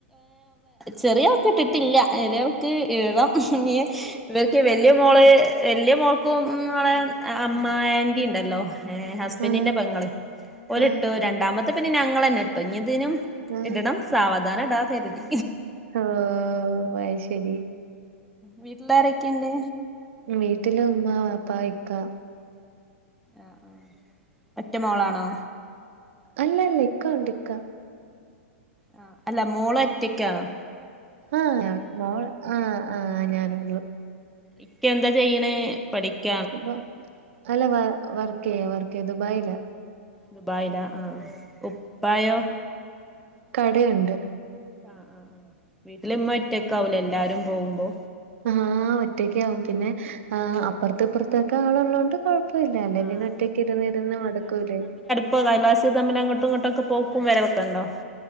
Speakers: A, in the centre; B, on the right.
A: ചെറിയ ആൾക്ക് ഇട്ടിട്ടില്ല ചെറിയയാൾക്ക് ഇടണം ഇവർക്ക് വലിയ മോള് വലിയ മോൾക്കും ഓളെ അമ്മ ആന്റി ഉണ്ടല്ലോ ഏഹ ഹസ്ബൻഡറിന്റെ
B: ആഹ്
A: പെങ്ങള് ഓല്
B: ആഹ്
A: ഇട്ടു രണ്ടാമത്തെ പിന്നെ ഞങ്ങൾ ന്നെ ഇട്ടു ഇഞ്ഞ് ഇതിനും
B: ആഹ്
A: ഇടണം സാവധാന ഇടാന്ന് കരുതി
B: ഓ അത് ശരി
A: വീട്ടിലാരൊക്കെയ്ണ്ട്
B: വീട്ടില ഉമ്മ ബാപ്പാ ഇക്കാ
A: ആ ആ ഒറ്റ മോളാണോ
B: അല്ലല്ല ഇക്ക ഉണ്ട് ഇക്ക
A: ആ അല്ല മോള ഒറ്റക്കാണ്
B: ആഹ് മൊൾ ആഹ് ആഹ് ഞാനൊള്ളൂ
A: ഇക്ക എന്താ ചെയ്യണേ പഠിക്ക
B: ദുബ അല്ല വ വർക്കയ വർക്കേ ദുബായി്ല
A: ദുബായില ആ ഉപ്പായോ
B: കടയ്ണ്ട്
A: ആ ആ ആ വീട്ടില് ഇമ്മ ഒറ്റക്ക് ആവൂലെ എല്ലാരും പോവുമ്പോ
B: ആ ഒറ്റൊക്കാകും പിന്നെ ആ് അപ്പുറത്തെ ഇപ്പുറത്തൊക്കെ ആള് ഉള്ളൊണ്ട് കൊഴപ്പല്ല അല്ലെ
A: ആഹ്
B: പിന്നെ ഒറ്റക്ക് ഇരുന്നിരുന്ന് മടുക്കൂലെ
A: ഇപ്പ കൈലാശം തമ്മിൽങ്ങട്ടും ഇങ്ങോട്ടൊക്കെ പോക്കും വരവൊക്കെ ഉണ്ടോ?